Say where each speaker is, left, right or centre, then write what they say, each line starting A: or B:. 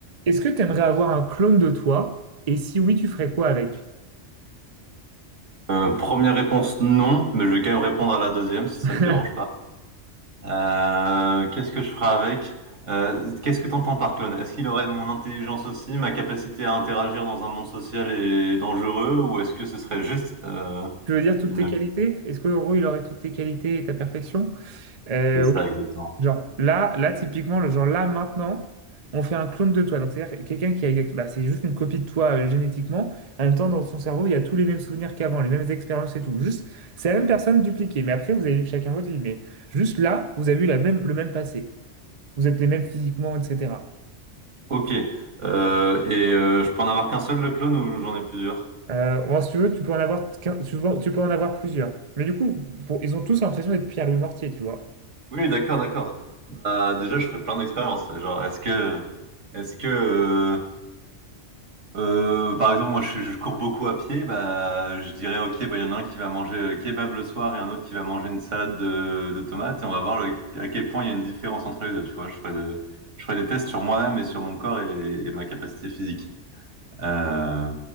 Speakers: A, on the right; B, on the right.
A: Est-ce que tu aimerais avoir un clone de toi? Et si oui, tu ferais quoi avec?
B: Euh, première réponse, non, mais je vais quand même répondre à la deuxième si ça
A: <laughs>
B: te dérange pas. Euh, qu'est-ce que je ferai avec? Euh, qu'est-ce que t'entends par clone? Est-ce qu'il aurait mon intelligence aussi, ma capacité à interagir dans un monde social et dangereux, ou est-ce que ce serait juste euh,
A: Je veux dire toutes
B: une...
A: tes qualités? Est-ce que en gros il aurait toutes tes qualités et ta perfection? Euh,
B: C'est ça
A: oui.
B: exactement.
A: Genre là, là typiquement, le genre là maintenant, on fait un clone de toi. Donc c'est-à-dire quelqu'un qui a exact- bah, c'est juste une copie de toi euh, génétiquement. En même temps, dans son cerveau, il y a tous les mêmes souvenirs qu'avant, les mêmes expériences et tout. Juste, c'est la même personne dupliquée. Mais après, vous avez vu chacun votre vie. Mais juste là, vous avez eu la même, le même passé. Vous êtes les mêmes physiquement, etc.
B: Ok. Euh, et euh, je peux en avoir qu'un seul le clone ou j'en ai plusieurs?
A: Euh, moi, si tu veux, tu peux en avoir, qu'un- tu vois- tu peux en avoir plusieurs. Mais du coup, pour- ils ont tous l'impression d'être Pierre-Louis Mortier, tu vois.
B: Oui, d'accord, d'accord. Bah déjà, je ferai plein d'expériences. Genre, est-ce que, est-ce que euh, Euh, par exemple, moi je, je cours beaucoup à pied, bah je dirais ok, bah il y en a un qui va manger euh, kebab le soir et un autre qui va manger une salade de, de tomates. Et on va voir le- à quel point il y a une différence entre les deux. Tu vois, je ferai, de- je ferai des tests sur moi-même et sur mon corps et et ma capacité physique. Euh,